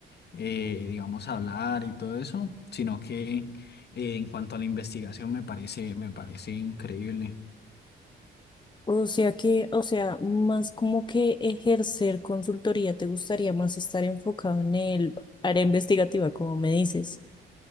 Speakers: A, on the left; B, on the left.
A: eh, digamos, hablar y todo eso, sino que eh, en cuanto a la investigación me parece, me parece increíble.
B: O sea que, o sea, más como que ejercer consultoría, ¿te gustaría más estar enfocado en el área investigativa, como me dices?